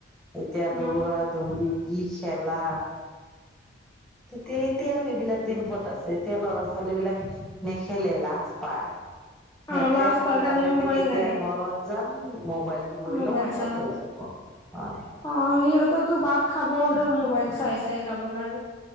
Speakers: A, in the centre; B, on the left.
A: এতিয়া
B: উম
A: দৌৰা দৌৰি- কি খেলা। তেতিয়া এতিয়া আৰু এইবিলাক দিন ক'ত আছে? এতিয়া ল'ৰা ছোৱালী বিলাকে- খেলে লাজ পায়। সিহঁতে
B: অ লাজ
A: খালি
B: পাই কালি
A: ভাবে
B: মোবাইল
A: যে কেতিয়া
B: লাগে
A: ঘৰত যাম মোবাইল- টো লৈ
B: মোবাইল
A: লম হাতত
B: চাম
A: হৈ যাব। হয়
B: অ সিহঁতৰতো ভাত খাব হ'লেও মোবাইল চাই চাই খাব লাগে।